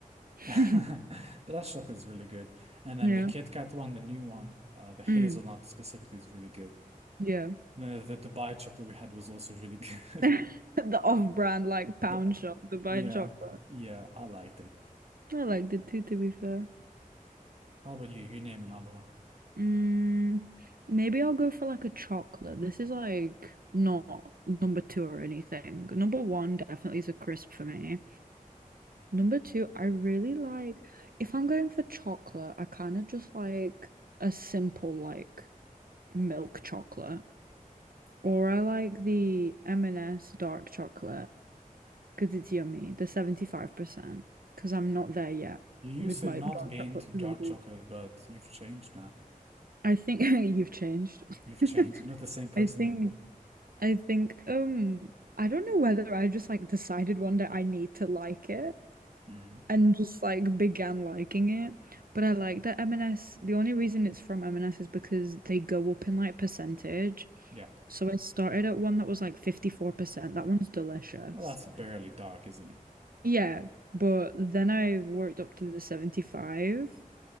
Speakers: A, on the right; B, on the right.
A: <laughs>
B: <laughs> But that chocolate is really good. And then
A: Yeah.
B: the Kit Kat one, the new one, uh, the hazelnut
A: Mm,
B: specifically is really good.
A: yeah. <laughs>
B: And then the the Dubai chocolate we had was also really <laughs> good.
A: The off-brand like pound
B: But,
A: shop to buy
B: yeah,
A: chocolate.
B: yeah, I liked it.
A: I liked it too, to be fair.
B: How about you? You name another one.
A: Mm, maybe I'll go for like a chocolate. This is like not number two or anything. Number one definitely is a crisp for me. Number two, I really like if I'm going for chocolate, I kind of just like a simple like milk chocolate. Or I like the M&S dark chocolate because it's yummy, the 75%, because I'm not there yet
B: You used
A: with
B: to
A: my
B: not
A: dark
B: be
A: chocolate
B: into dark
A: percentage.
B: chocolate, but you've changed now.
A: I think <laughs> you've changed.
B: You've <laughs> changed.
A: <laughs>
B: You're not the same person
A: I think
B: anymore.
A: I think um I don't know whether I just like decided one day I need to like it
B: Mm.
A: and just like began liking it. But I like that M&S. The only reason it's from M&S is because they go up in like percentage.
B: Yeah.
A: So I started at one that was like 54%. That one's delicious.
B: Well, that's barely dark, isn't it?
A: Yeah, but then I worked up to the 75